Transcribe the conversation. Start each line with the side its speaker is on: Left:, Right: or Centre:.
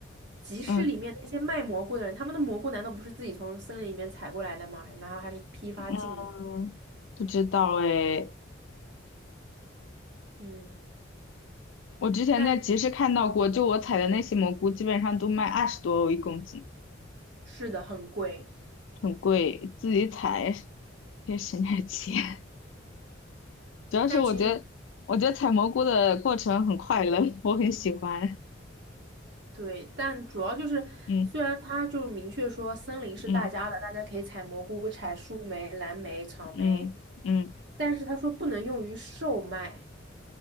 Right: 集市里面那些卖蘑菇的人，
Left: 嗯
Right: 他们的蘑菇难道不是自己从森林里面采过来的吗？然后还是批发进的？
Left: 嗯，不知道哎。
Right: 嗯，
Left: 我之前在集市看到过，
Right: 但
Left: 就我采的那些蘑菇，基本上都卖二十多欧一公斤，
Right: 是的，很贵。
Left: 很贵，自己采也省点钱。主要是我觉得，
Right: 但其实
Left: 我觉得采蘑菇的过程很快乐，<laughs> 我很喜欢。
Right: 对，但主要就是，
Left: 嗯
Right: 虽然它就是明确说森林是大家的，
Left: 嗯
Right: 大家可以采蘑菇、采树莓、蓝莓、草莓，
Left: 嗯嗯，
Right: 但是他说不能用于售卖。